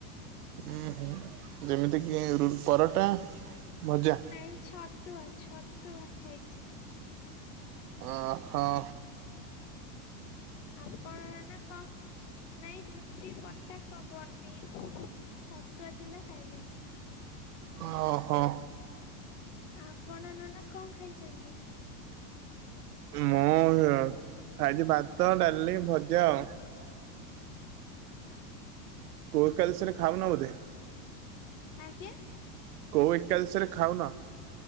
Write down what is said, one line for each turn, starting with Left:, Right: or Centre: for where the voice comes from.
Right: ହୁଁ ହୁଁ ଯେମିତିକି ପରଟା ଭଜା
Left: ନାଇଁ ଛତୁଆ ଛତୁଆ ଖାଇଛି।
Right: ଓଁ ହଁ।
Left: ଆପଣ ନା କ ନାଇଁ ରୁଟି ବଟା କ ପନିର ଛତୁଆ ଥିଲା ଖାଇଲେ
Right: ଓହୋ।
Left: ଆପଣ ନନା କଣ ଖାଇଚନ୍ତି?
Right: ମୁଁ ଖାଇଚି ଭାତ ଡାଲି ଭଜା ଆଉ।
Left: ଓ ହୋ।
Right: କୋଉ ଏକାଦଶୀ ରେ ଖାଉନ ବୋଧେ।
Left: ଆଜ୍ଞା।
Right: କୋଉ ଏକାଦଶୀ ରେ ଖାଉନ?